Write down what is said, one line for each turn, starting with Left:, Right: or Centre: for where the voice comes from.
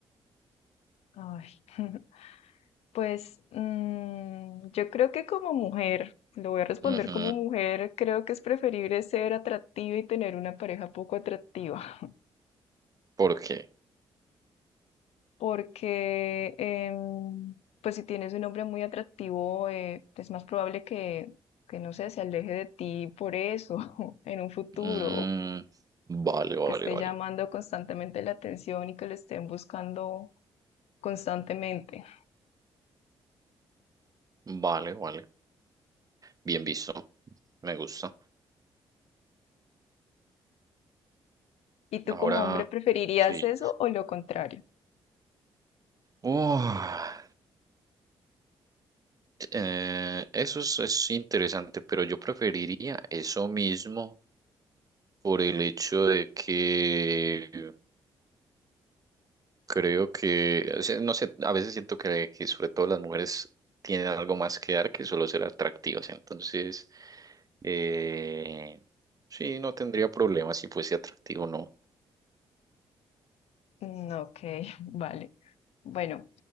Left: Ay. <laughs> Pues mm, yo creo que como mujer, lo voy a responder
Right: Ujú,
Left: como mujer, creo que es preferible ser atractiva y tener una pareja poco atractiva.
Right: ¿Por qué?
Left: porque em, pues si tienes un hombre muy atractivo, eh, es más probable que, que, no sé, se aleje de ti por eso <laughs> en un futuro,
Right: Mm, vale, vale,
Left: que esté
Right: vale.
Left: llamando constantemente la atención y que lo estén buscando constantemente.
Right: Vale, vale. Bien visto. Me gusta.
Left: ¿Y tú
Right: Ahora
Left: como hombre preferirías
Right: sí.
Left: eso o lo contrario?
Right: Oh, eh, eso es, es interesante, pero yo preferiría eso mismo por el hecho de que creo que, o sea, no sé, a veces siento que, que sobre todo las mujeres tienen algo más que dar que solo ser atractivas. Entonces, eh, sí, no tendría problema si fuese atractivo o no.
Left: Mm, Ok, <laughs> vale. Bueno,